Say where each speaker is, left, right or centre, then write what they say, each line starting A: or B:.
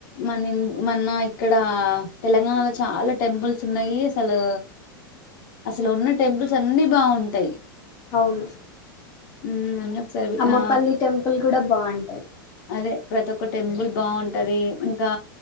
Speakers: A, on the left (about 60°); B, on the left (about 30°).
A: మన మన్న ఇక్కడ తెలంగాణలో చాలా టెంపుల్స్ ఉన్నాయి అసలు అసలు ఉన్న టెంపుల్స్ అన్ని బాగుంటాయి
B: అవును
A: ఉమ్ సరే వి
B: అమ్మపల్లి
A: ఆ
B: టెంపుల్ కూడా బాగుంటది
A: అదే ప్రతి ఒక్క టెంపుల్ బాగుంటది ఇంకా